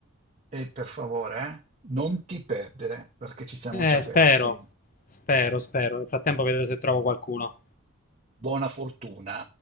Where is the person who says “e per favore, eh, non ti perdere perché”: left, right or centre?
Right